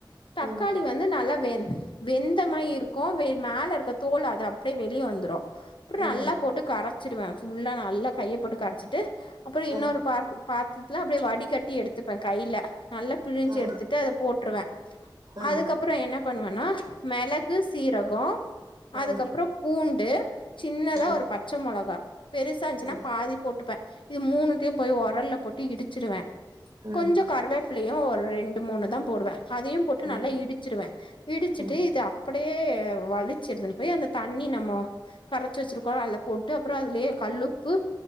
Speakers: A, on the left; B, on the right.
A: தக்காளி
B: ம்
A: வந்து நல்லா வெந் வெந்த் த மாரி இருக்கூ மேல இருக்க தோல் அது அப்டியே வெளியே வந்துடு அ நல்லா
B: ம்
A: போட்டு கரச் சிருவ ஃபுல்லா நல்லா கையப்போட்டு கரச்சிட்டு அப்றொ இன்னொரு
B: ஆ
A: பா பாத்தத்துல அப்படியே வடிகட்டி எடுத்துப்பே கையில நல்லா பிழிஞ்சு
B: ஆ
A: எடுத்துட்டு அத போட்டு ட்ருவ
B: ஆ
A: அதுக்கப்புறோ என்ன பண்ணுவன்னா மெளகு சீரகொ அதுக்கப்புறம்
B: ஆ
A: பூண்டு சின்னதா
B: ஆ
A: ஒரு பச்சை மொளகா பெருசா இருந்ச்சுன்னா
B: ஆ
A: பாதி போட்டுப்ப இது மூணுத்தையும் போய் ஒரல்ல போட்டு இடிச்சுடுவே
B: ம்
A: கொஞ்சொ கருவே ப்ளயு ஒரு ரெண்டு மூணு தா போடுவே அதையும் போட்டு
B: ம்
A: நல்லா இடிச்சிருவே இடிச்சிட்
B: ம்
A: ட்டு இது அப்படியே வலிச்சு எடுதுன்னு போய் அந்த தண்ணி நம்மோ கரச்சி வச்சிருக்கோ அதல போட்டு அப்புறொ அதுலயே கல்லுப்பு